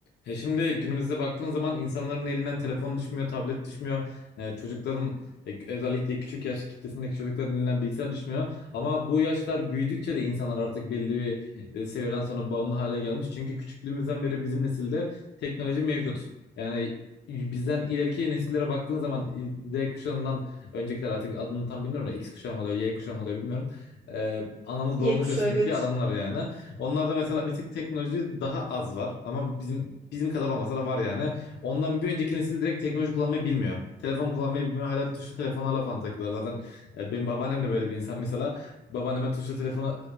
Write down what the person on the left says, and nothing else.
Ya şimdi günümüzde baktığın zaman insanların elinden telefon düşmüyor, tablet düşmüyor. Ee, çocukların e, özellikle küçük yaş kitlesindeki çocukların elinden bilgisayar düşmüyor. Ama bu yaşlar büyüdükçe de insanlar artık belli bir e, seviyeden sonra bağımlı hale gelmiş. Çünkü küçüklüğümüzden beri bizim nesilde teknoloji mevcut. Yani bizden ileriki nesillere baktığın zaman Z kuşağından öncekiler artık adını tam bilmiyorum da X kuşağı mı oluyor, Y kuşağı mı oluyor bilmiyorum. Ee, anamız
babamız
yaşındaki
adamlar yani. Onlarda mesela bir tık teknoloji daha az var ama bizim bizim kadar olmasa da var yani. Ondan bir önceki nesil direkt teknoloji kullanmayı bilmiyor. Telefon kullanmayı bilmiyor. Hala tuşlu telefonlarla falan takılıyorlar. Zaten e, benim babaannem de böyle bir insan mesela. Babaanneme tuşlu telefonu